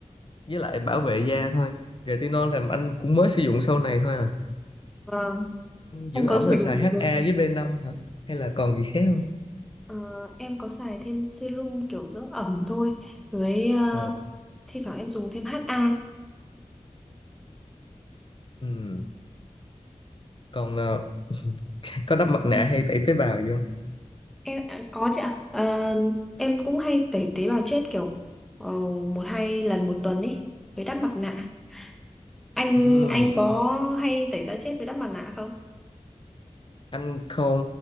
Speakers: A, on the left (about 40°); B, in the centre.
A: với lại bảo vệ da thôi. Retinol là anh cũng mới sử dụng sau này thôi à.
B: vâng, anh
A: Dưỡng
B: có
A: ẩm
B: sử
A: là xài
B: dụng
A: HA với b năm hả? Hay là còn gì khác không?
B: Ờ, em có xài thêm serum kiểu dưỡng ẩm thôi với ờ,
A: Ờ.
B: thi thoảng em dùng thêm HA
A: Ừ. Còn ờ, có đắp mặt nạ
B: Ừ.
A: hay tẩy tế bào gì không?
B: em à, có chứ ạ Ờ, em cũng hay tẩy tế bào chết kiểu ờ, một hai lần một tuần ý với đắp mặt nạ anh
A: Ừ.
B: anh có hay tẩy da chết với đắp mặt nạ không
A: anh không